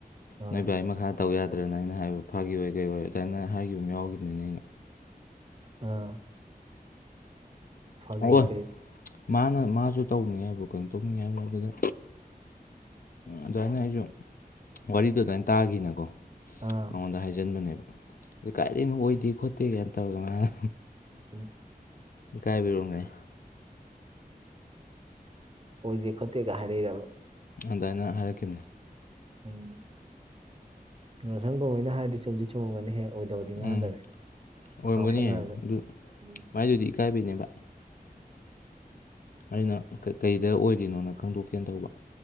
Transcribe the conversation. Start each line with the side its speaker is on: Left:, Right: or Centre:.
Right: ꯑꯥ
Left: ꯅꯣꯏ ꯚꯒꯤ ꯃꯈꯥꯗ ꯇꯧ ꯌꯥꯗ꯭ꯔꯅ ꯑꯩꯅ ꯍꯥꯏꯕ ꯐꯥꯈꯤꯕ ꯑꯣꯏ ꯀꯩ ꯑꯣꯏ ꯑꯗꯨꯃꯥꯏꯅ ꯍꯥꯏꯈꯤꯕ ꯑꯃ ꯌꯥꯎꯈꯤꯕꯅꯤꯅ ꯑꯩꯅ
Right: ꯑꯥ ꯐꯥꯒꯤ
Left: ꯑꯣ
Right: ꯀꯩ
Left: ꯃꯥꯅ ꯃꯥꯁꯨ ꯇꯧꯕꯅꯤ ꯍꯥꯏꯕ꯭ꯔꯣ ꯀꯩꯅꯣ ꯇꯧꯅꯤ ꯍꯥꯏꯕ꯭ꯔꯣ ꯑꯗꯨꯗ ꯑꯗꯨꯃꯥꯏꯅ ꯑꯩꯁꯨ ꯋꯥꯔꯤꯗ ꯑꯗꯨꯃꯥꯏꯅ ꯇꯥꯈꯤꯅꯀꯣ
Right: ꯑꯥ
Left: ꯃꯉꯣꯟꯗ ꯍꯥꯏꯖꯤꯟꯕꯅꯦꯕ ꯑ ꯀꯥꯏꯗꯩꯅꯣ ꯑꯣꯏꯗꯦ ꯈꯣꯠꯇꯦ ꯀꯥꯏꯅ ꯇꯧꯔꯒ ꯃꯥꯅ
Right: ꯎꯝ
Left: ꯀꯥꯏꯕꯤꯨꯑꯣ ꯉꯥꯏ
Right: ꯑꯣꯗꯤꯛꯇꯩ ꯀꯘꯍꯔꯔꯔꯕ
Left: ꯑꯗꯨꯗꯥꯏꯅ ꯍꯥꯏꯔꯛꯈꯤꯕꯅꯦ
Right: ꯎꯝ ꯌꯥꯁꯪ ꯀꯧꯍꯩꯅ ꯍꯥꯏꯗꯤ ꯆꯨꯝꯗꯤ ꯆꯨꯝꯃꯝꯒꯅꯤ ꯍꯦꯛ ꯑꯣꯏꯗꯕꯗꯤ ꯉꯥꯡꯗꯕꯦ
Left: ꯎꯝ ꯑꯣꯏꯔꯝꯒꯅꯤꯌꯦ
Right: ꯉꯥꯎꯁꯟꯅꯔꯁꯨ
Left: ꯑꯗꯨ
Right: ꯎꯝ
Left: ꯃꯥꯏꯗꯨꯗꯤ ꯏꯀꯥꯏꯕꯤꯅꯦꯕ ꯑꯩꯅ ꯀꯩ ꯀꯩꯗ ꯑꯣꯏꯔꯤꯅꯣꯅ ꯈꯪꯗꯣꯛꯀꯦꯅ ꯇꯧꯕ